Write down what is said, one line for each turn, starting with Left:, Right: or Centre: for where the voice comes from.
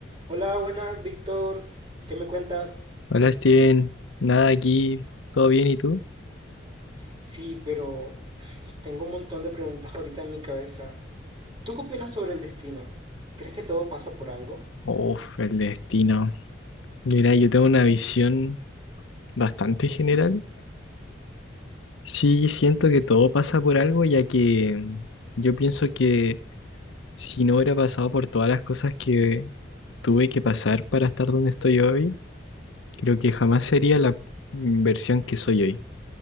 Right: Hola, buenas, Víctor. ¿Qué me cuentas?
Left: Hola Steven, nada aquí, ¿todo bien y tú?
Right: Sí, pero tengo un montón de preguntas ahorita en mi cabeza. ¿Tú qué opinas sobre el destino? ¿Crees que todo pasa por algo?
Left: Uf, el destino. Mira, yo tengo una visión bastante general. Sí, siento que todo pasa por algo, ya que mm, yo pienso que si no hubiera pasado por todas las cosas que tuve que pasar para estar donde estoy hoy, creo que jamás sería la versión que soy hoy.